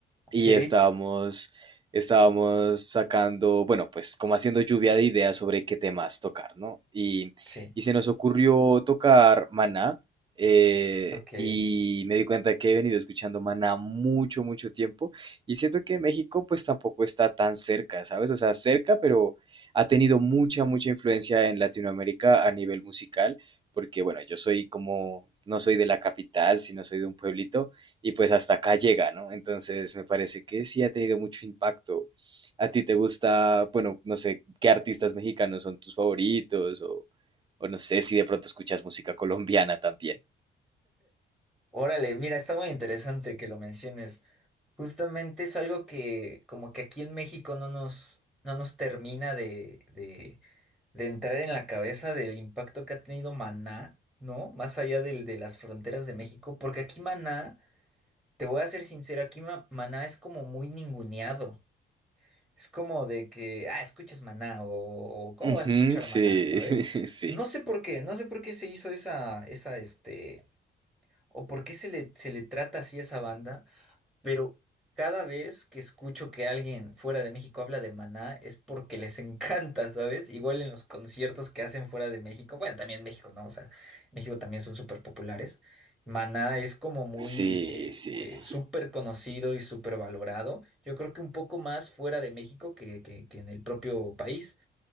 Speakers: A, in the centre; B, on the right.
A: ok,
B: y estábamos, estábamos sacando, bueno, pues como haciendo lluvia de ideas sobre qué temas tocar, ¿no? Y,
A: sí,
B: y se nos ocurrió tocar Maná, eh,
A: ok.
B: y me di cuenta que he venido escuchando Maná mucho, mucho tiempo, y siento que México pues tampoco está tan cerca, ¿sabes? O sea, cerca, pero ha tenido mucha, mucha influencia en Latinoamérica a nivel musical, porque bueno, yo soy como, no soy de la capital, sino soy de un pueblito, y pues hasta acá llega, ¿no? Entonces me parece que sí ha tenido mucho impacto. ¿A ti te gusta, bueno, no sé, qué artistas mexicanos son tus favoritos o, o no sé si de pronto escuchas música colombiana también?
A: Órale, mira, está muy interesante que lo menciones. Justamente es algo que como que aquí en México no nos, no nos termina de, de, de entrar en la cabeza del impacto que ha tenido Maná, ¿no? Más allá del, de las fronteras de México, porque aquí Maná, te voy a ser sincero, aquí Ma- Maná es como muy ninguneado. Es como de que, ah, escuchas Maná o, o, ¿cómo
B: Ujú,
A: vas a escuchar
B: sí,
A: Maná, sabes?
B: <laughs> sí,
A: No sé por qué, no sé por qué se hizo esa, esa, este, o por qué se le, se le trata así a esa banda. Pero cada vez que escucho que alguien fuera de México habla de Maná es porque les encanta, ¿sabes? Igual en los conciertos que hacen fuera de México, bueno, también México, ¿no? O sea, México también son súper populares. Maná es como muy
B: sí,
A: eh,
B: sí,
A: eh, súper conocido y súper valorado. Yo creo que un poco más fuera de México que, que que en el propio país.